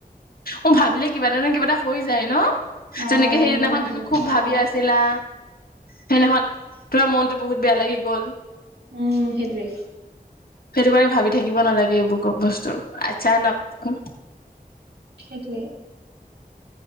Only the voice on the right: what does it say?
অ
কি
হয়
সেইটো
অ
উম', সেইটোৱে।
সেইটোৱে।